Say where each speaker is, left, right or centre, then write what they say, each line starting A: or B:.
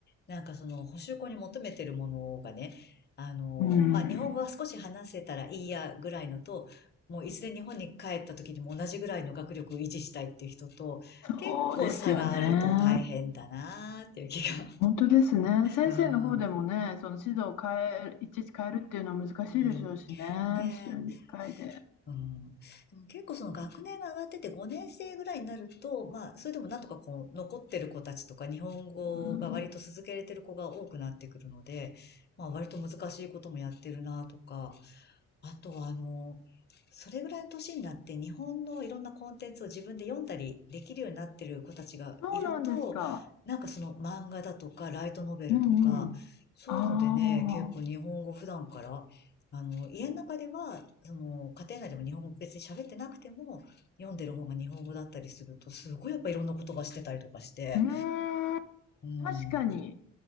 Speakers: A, on the left; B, on the left.
A: なんかその、補習校に求めてるものがね、あの、
B: うん。
A: まあ、日本語は少し話せたらいいやぐらいのと、もういずれ日本に帰った時にも同じぐらいの学力を維持したいっていう人と、結構差があると大変だなーっていう気が。
B: そうですよね。本当ですね。先生の方でもね、
A: うん。
B: その指導を変える、いちいち変えるっていうのは難しいでしょうしね、
A: うん。ねえ。
B: 週に2回で。
A: うん。でも結構その学年が上がってて5年生ぐらいになると、まあ、それでもなんとかこう、残ってる子たちとか、日本語が割と続けれてる子が多くなってくるので、
B: うん、
A: まあ、割と難しいこともやってるなとか、あとは、あの、それぐらいの年になって日本のいろんなコンテンツを自分で読んだりできるようになってる子たちがいると、
B: そうなんですか。
A: なんかその漫画だとかライトノベルとか、
B: うんうん。
A: そういうのでね、
B: ああ、
A: 結構日本語普段から、あの、家の中では、その、家庭内でも日本語別に喋ってなくても、読んでる方が日本語だったりすると、すごいやっぱいろんな言葉してたりとかして、
B: うーん、
A: うん、
B: 確かに。
A: う